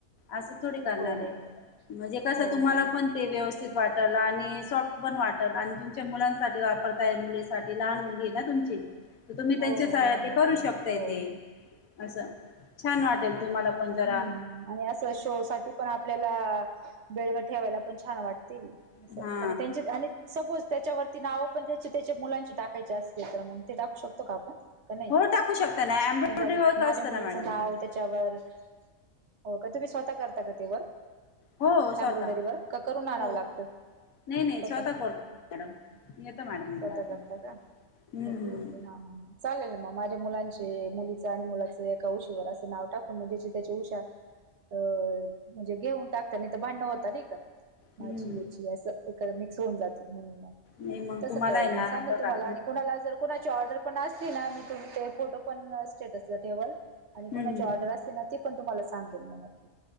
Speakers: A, on the left; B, on the right.
A: असं थोडे करणार
B: हो हो
A: आहे
B: हो
A: म्हणजे कस
B: हो
A: तुम्हाला
B: हो हो
A: पण
B: हो
A: ते व्यवस्थित वाट टल आणि सॉफ्ट पण वाटलं आणि तुमच्या मुलांसाठी वापरताय मुलीसाठी लहान मुलगी आहे ना तुमची. तुम्ही
B: हो
A: त्यांच्या
B: हो
A: सा
B: लहान मुलगी
A: करू शकताय
B: हो
A: तेे. असं छान वाटेल तुम्हाला पण जरा
B: हम्म आणि असं शो साठी पण आपल्याला बेडवर ठेवायला पण छान वाट तेग
A: हा
B: असं आणि त्यांचे आणि सपोज. त्याच्यावरती नावं पण त्या त्याच्या मुलांचे टाकायचे असतील तर मग ते टाकू शकतो का आपण? का नाही
A: हो टाकू शकता ना एम्ब्रॉयडरी
B: समजा आ
A: वर्क
B: माझ्या
A: असतं
B: मुलीचं
A: ना मॅडम
B: नाव
A: ते
B: त्याच्यावर हो का तुम्ही स्वतः करता का ते वर्क...
A: हो स्वतः
B: एम्ब्रॉडरी व का करून आणाव
A: हो
B: लागत स्वत
A: नाही नाही स्वतः करतो मॅडम येत मॅडम मला
B: स्वतः करत
A: ते
B: का
A: हम्म
B: ओके ओके ह ह चालेल ना मग माझ. मुलांचे मुली आणि मुलाच एका उशीवर असव टाकुन म्हणजे असं त्याची उषा अ म्हणजे घेऊन टाकता नाही तर भांडण होत नाही का. माझी
A: हम्म
B: येची असं <unintelligible> असं होऊन जाते. म्हण
A: नाही मग
B: तस
A: तुम्हाला
B: कल
A: आहे ना
B: मी सांगल
A: बघा
B: तुम्हाला आणि कुणाला जर कुणाची ऑर्डर पण असली ना मी तुमचे फोटो पण स्टेटसला ठेवल आणि कोणाची
A: हम्म
B: ऑर्डर असते ना ती तुम्हाला सांगेल म नक्की.